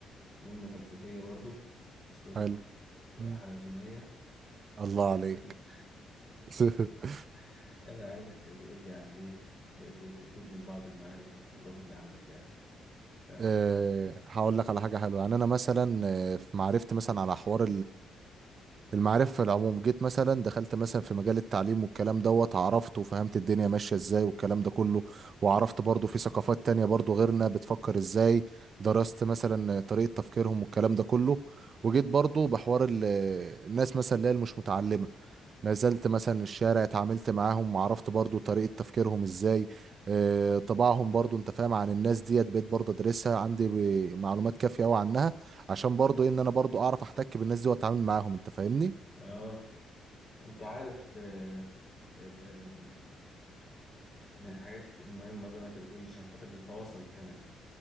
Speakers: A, on the left; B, on the right.
A: جملة فلسفية برضو وصل
B: حلو
A: لك وحلزونية
B: مم. الله
A: لكن
B: عليك <laughs>
A: <laughs> أنا عايزك تقول لي عن إيه بقيت تفيدني ببعض المعارف والخبرات اللي عندك يعني تعرف
B: آه، هقول لك على حاجة حلوة يعني أنا مثلا آه، في معرفتي مثلا على حوار المعرفة في العموم جيت مثلا دخلت مثلا في مجال التعليم والكلام دوت عرفت وفهمت الدنيا ماشية ازاي والكلام ده كله وعرفت برضو في ثقافات تانية برضو غيرنا بتفكر ازاي درست مثلا طريقة تفكيرهم والكلام ده كله وجيت برضو بحوار ال- الناس مثلا اللي هي مش متعلمة نزلت مثلا الشارع اتعاملت معاهم وعرفت برضو طريقة تفكيرهم ازاي آه، طباعهم برضو انت فاهم عن الناس ديت بقيت برضو ادرسها عندي ب- معلومات كافية قوي عنها عشان برضو إيه، ان انا برضو اعرف احتك بالناس دي واتعامل معاهم انت فاهمني
A: آه أنت عارف آه، آه، من الحاجات المهمة زي ما أنت بتقول عشان خاطر نتواصل كمان